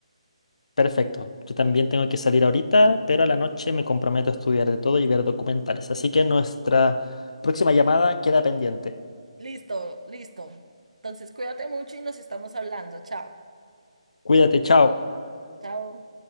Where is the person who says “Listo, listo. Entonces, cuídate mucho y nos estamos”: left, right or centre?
Right